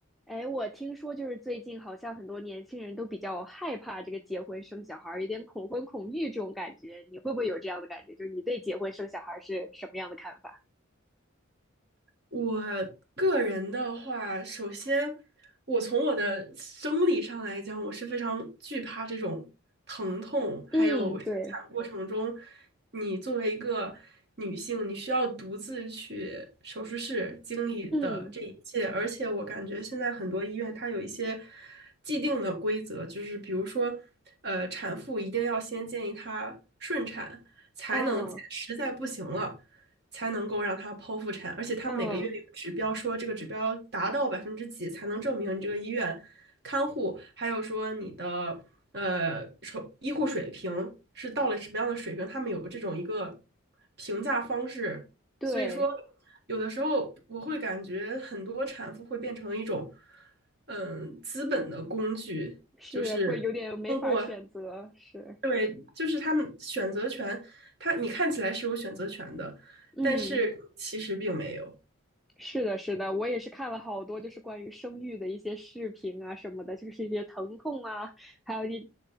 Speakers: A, in the centre; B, on the right.
A: 哎，我听说就是最近好像很多年轻人都比较害怕这个结婚生小孩儿，有点恐婚恐育这种感觉。你会不会有这样的感觉？就是你对结婚生小孩儿是什么样的看法？
B: 我个人的话，首先，我从我的生理上来讲，我是非常惧怕这种疼痛，还有生产过程中，
A: 嗯，对，
B: 你作为一个女性，你需要独自去手术室经历的这一切。
A: 嗯，
B: 而且，我感觉现在很多医院它有一些既定的规则，就是比如说，呃，产妇一定要先建议她顺产，才能见实在不行了。
A: 嗯
B: 才能够让她剖腹产，而且它每个月有指标说这个指标达到百分之几才能证明你这个医院看护，
A: 嗯，
B: 还有说你的呃手医护水平是到了什么样的水平，他们有这种一个评价方式，
A: 对，
B: 所以说有的时候我会感觉很多产妇会变成一种嗯资本的工具，
A: 是会有点没法选择，
B: 就是通过。
A: 是，
B: 对，就是他们选择权，他你看起来是有选择权的，
A: 嗯。
B: 但是其实并没有。
A: 是的，是的，我也是看了好多，就是关于生育的一些视频啊什么的，就是一些疼痛啊，还有你，